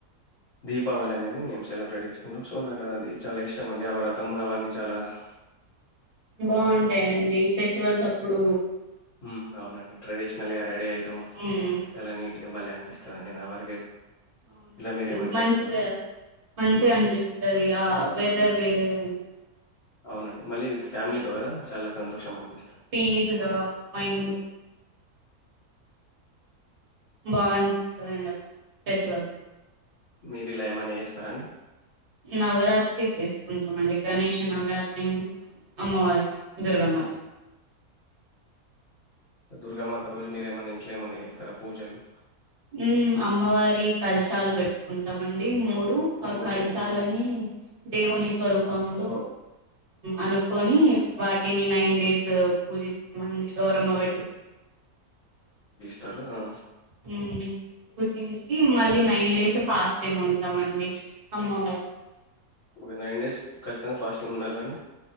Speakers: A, on the left; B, on the right.
A: దీపావళి అనేది మేం సెలబ్రేట్ చేస్కుంటాం. సో నాక్ అది చాలా ఇష్టం అండి ఆ వ్రతం అవన్నీ చాలా హా.
B: బాగుంటయండి. ఫెస్టివల్స్ అప్పుడూ
A: మ్ అవునండి ట్రెడిషనల్గా రెడీ అయితాం.
B: హ్మ్.
A: చాలా నీట్గా భలే అనిపిస్త నా వరకైతే
B: అవునండి
A: మీరేమైనా
B: మంచిగా
A: చేస్తారా?
B: మంచిగ అనిపిస్తది ఆ వె దర్ వేరే ఉంట
A: అవునండి. మళ్ళీ విత్ ఫ్యామిలీతో
B: ఏదో
A: గదా! చాలా సంతోషం అనిపిస్తది.
B: పీస్గా మైండ్ బాగుంటదండి. అప్పుడు ఫెస్టివల్స్ అప్పుడు
A: మీరిలా ఏమైనా చేస్తారా అండి
B: నవరాత్రి చేస్కుంటమండి. గణేష్ నవరాత్రి అమ్మవారి దుర్గమాత
A: దుర్గామాత రోజు మీరేమన్న ఇంట్ల ఏమన్నా చేస్తారా పూజలు
B: మ్ అమ్మవారి కల్శాలు పెట్టుకుంటమండి. మూ డు ఆ
A: ఓకే.
B: కల్శాలన్నీ
A: ఆ!
B: దేవుని స్వరూపంలో అనుకొని వాటిని నైన్ డేస్ పూజిస్తామండి గౌరమ్మ పెట్టుకొ
A: తరు. ఆ
B: ఉమ్ పూజించి మళ్ళీ నైన్ డేస్ ఫాస్టింగ్ ఉంటమండి. అమ్మవార్
A: ఒక నైన్ డేస్ ఖచ్చితంగా ఫాస్టింగ్ ఉండాల అండి